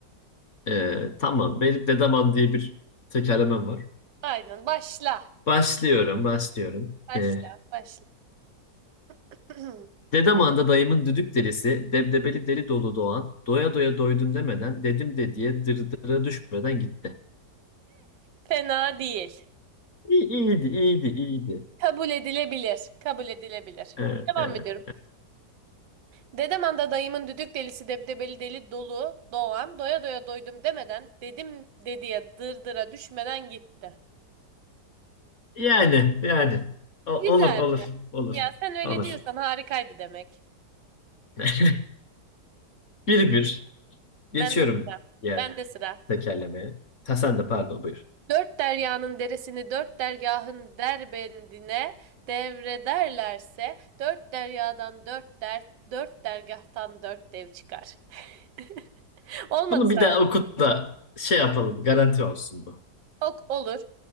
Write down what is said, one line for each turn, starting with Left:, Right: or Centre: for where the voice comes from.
Left: E, tamam, benim Dedaman diye bir tekerlemem var.
Right: Aynen. Başla.
Left: Başlıyorum, başlıyorum.
Right: Başla.
Left: E,
Right: Başla. <clears throat>
Left: Dedaman'da dayımın düdük delisi, debdebeli deli dolu doğan, doya doya doydum demeden, dedim de diye dırdıra düşmeden gitti.
Right: Fena değil.
Left: İyi, iyiydi, iyiydi, iyiydi.
Right: Kabul edilebilir. Kabul edilebilir.
Left: E,
Right: Devam
Left: e.
Right: ediyorum. Dedem anda dayımın düdük delisi debdebeli deli dolu doğan doya doya doydum demeden dedim dediye dırdıra düşmeden gitti.
Left: Yani yani O-
Right: Güzel.
Left: olur olur olur
Right: Ya sen öyle
Left: olur.
Right: diyorsan harikaydı demek.
Left: <laughs> Bir bir geçiyorum
Right: Ben de sıra.
Left: diğer
Right: Ben de sıra.
Left: tekerlemeye. Ha, sen de pardon buyur.
Right: Dört deryanın deresini dört dergahın derbendine devrederlerse dört deryadan dört dert, dört dergahtan dört dev çıkar. <laughs> Olmadı
Left: Bunu bir daha okut da şey yapalım garanti olsun bu.
Right: Ok olur.